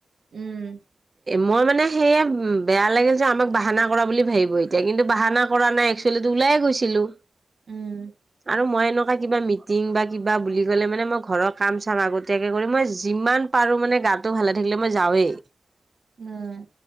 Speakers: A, on the right; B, on the right.
A: উম
B: মই মানে সেয়ে বেয়া লাগিল যে আমাক বাহানা কৰা বুলি ভাবিব এতিয়া কিন্তু বাহানা কৰা নাই একচুৱেলি ওলাই গৈছিলো।
A: উম
B: আৰু মইনো কিবা মিটিং বা কিবা বুলি কলে মানে মই ঘৰৰ কাম চাম আগতীয়াকে কৰি মই যিমান পাৰো মানে গাটো ভালে থাকিলে মই যাওঁৱেই।
A: উম